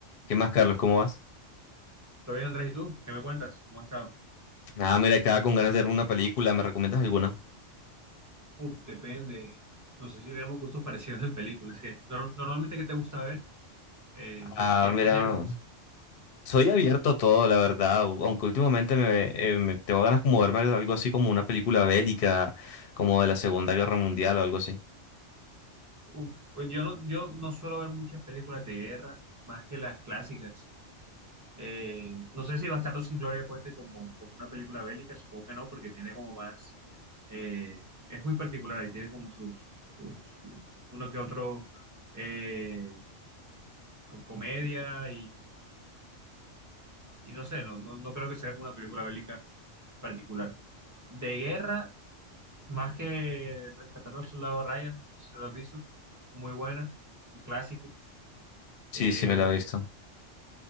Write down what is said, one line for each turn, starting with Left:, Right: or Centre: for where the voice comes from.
Left: ¿Qué más, Carlos? ¿Cómo vas?
Right: ¿Todo bien, Andrés? ¿Y tú? ¿Qué me cuentas? ¿Cómo has estado?
Left: Ah, mira, acá con ganas de ver una película, ¿me recomiendas alguna?
Right: Uf, depende. No sé si tenemos gustos <laughs> parecidos en películas. que nor- normalmente, ¿qué te gusta ver? Eh, ¿qué,
Left: Ah,
Right: ti- qué
Left: mira,
Right: géneros?
Left: soy abierto a todo, la verdad, au- aunque últimamente me, eh, me- tengo ganas como verme algo algo así como una película bélica, como de la Segunda Guerra Mundial o algo así.
Right: Uf, pues yo no, yo no suelo ver muchas películas de guerra, más que las clásicas. Eh, no sé si Bastardo sin Gloria cuente como, como una película bélica, supongo que no, porque tiene como más... eh, es muy particular, ahí tiene como sus, sus- su- uno que otro eh, co- comedia y no sé, no, no, no creo que sea una película bélica particular. De guerra, más que Rescatando al Soldado Ryan, no sé si lo has visto, muy buena, un clásico. Eh,
Left: Sí, sí, me la he visto.